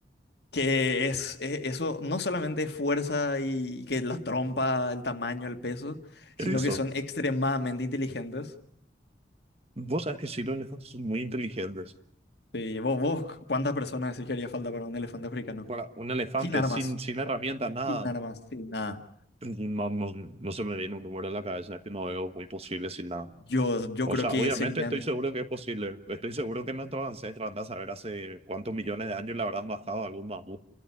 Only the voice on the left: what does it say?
Que es, e- eso no solamente es fuerza y que la trompa, el tamaño, el peso,
sino que son extremadamente inteligentes.
Sí, vos, vos, ¿cuántas personas decís que haría falta para un elefante africano?
Sin armas,
sin armas, sin nada.
Yo, yo
creo
que
serían,